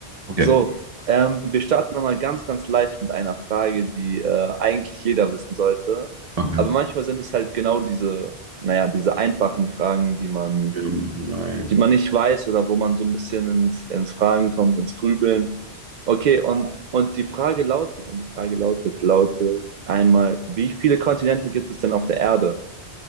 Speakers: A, on the right; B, on the right.
A: Okay.
B: So, ähm, wir starten nochmal ganz, ganz leicht mit einer Frage, die äh, eigentlich jeder wissen sollte.
A: Okay.
B: Aber manchmal sind es halt genau diese, naja, diese einfachen Fragen, die man,
A: Ähm, nein.
B: die man nicht weiß oder wo man so ein bisschen ins, ins Fragen kommt, ins Grübeln. Okay, und, und die Frage lautet, und die Frage lautet, lautet einmal, wie viele Kontinente gibt es denn auf der Erde?